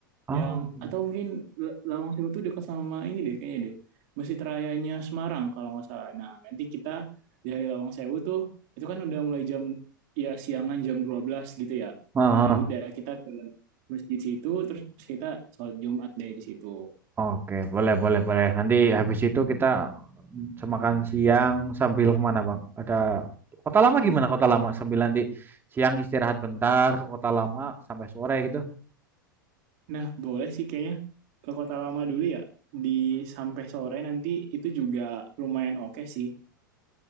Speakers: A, on the right; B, on the right.
A: Oh.
B: yang atau mungkin Lawang Sewu itu dekat sama ini deh kayaknya deh Masjid Rayanya Semarang kalau nggak salah nah nanti kita dari Lawang Sewu tuh itu kan udah mulai jam ya siangan jam 12 gitu ya
A: Aha.
B: nah ya udah kita ke masjid situ terus kita sholat Jumat deh di situ
A: Oke, boleh boleh boleh. Nanti habis itu kita mm, semakan siang sambil kemana Bang? Ada Kota Lama gimana Kota Lama? Sambil nanti siang istirahat bentar ke Kota Lama sampai sore gitu.
B: nah boleh sih kayaknya ke Kota Lama dulu ya di sampai sore nanti itu juga lumayan oke sih